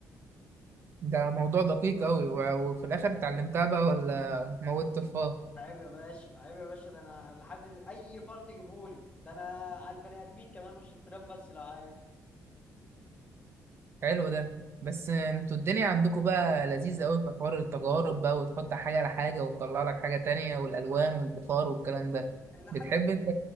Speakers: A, on the right (about 45°); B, on the left (about 20°).
A: ده موضوع دقيق قوي وفي الاخر اتعلمتها بقى ولا موتت الفار
B: عيب يا باشا عيب يا باشا ده انا لحد د- اي فار تجيبهولي ده انا على البني ادمين كمان مش الفيران بس لو عايش
A: حلو ده بس انتوا الدنيا عندكم بقى لذيذة قوي في حوار التجارب بقى وتحط حاجة على حاجة وتطلع لك حاجة تانية والالوان والبخار والكلام ده
B: لحد
A: بتحب انت